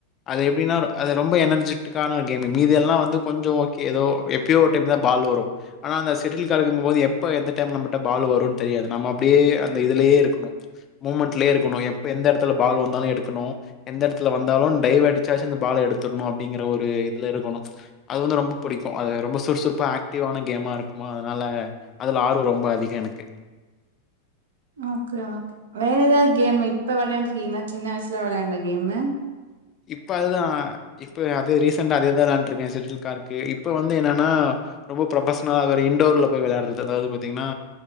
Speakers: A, on the left; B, on the right.
A: அது எப்டின்னா அது ரொம்ப எனர்ஜிட்டிக்கான ஒரு கேமு மீதியெல்லா வந்து கொஞ்சோ ஓகே எதோ எப்பயோ ஒரு டைம் தா பால் வரு ஆனா அந்த செட்டில்கார்க்குங்போது எப்ப எந்த டைம் நம்முட்ட பால் வருன் தெரியாது நம்ம அப்டியே அந்த இதுலயே இருக்கணு மூமெண்ட்லயே இருக்கணு எப்ப எந்தெடத்துல பால் வந்தாலு எடுக்கணு எந்த எடத்துல வந்தாலு டைவ்வடி சாச்சி அந்த பால எடுத்தர்ணு அப்டிங்கற ஒரு இதுலருக்கணு அது வந்து ரொம்ப புடிக்கு அது ரொம்ப சுறுசுறுப்பா ஆக்டிவா ன கேமாருக்குமா அதனால அதுல ஆர்வோ ரொம்போ அதிக எனக்கு
B: ஓகே ஓகே வேற எதாவ்து கேமு இப்ப வெளையாண்டுருக்கீங்ளா சின்ன வய்ஸ்ல வெளையாண்ட கேமு
A: இப்ப அதுதா இப்ப அது ரீசண்டா அதேதா வெளையாண்ட்ருக்கே செட்டில்கார்க்கு இப்ப வந்து என்னனா ரொம்போ புரோபஷன்லா அதுவேற இண்டோர் குள்ள போய் வெளையாட்றது அதாவ்து பாத்தீங்ன்னா